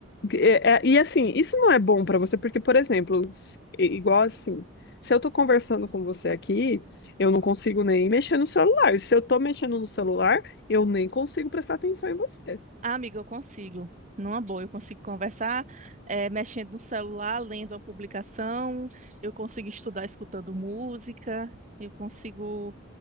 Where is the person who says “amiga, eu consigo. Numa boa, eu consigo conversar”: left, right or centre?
Right